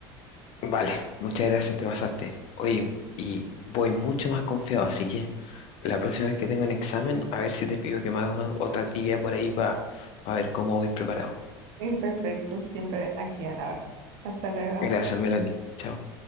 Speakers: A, on the left; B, on the right.
A: Vale, muchas gracias, te pasaste. Oye, y voy mucho más confiado, así que la próxima vez que tenga un examen, a ver si te pido que me hagas una- otra trivia por ahí para ver cómo voy preparado.
B: Perfecto, siempre aquí a la orden. Hasta luego.
A: Gracias, Melanie. Chao.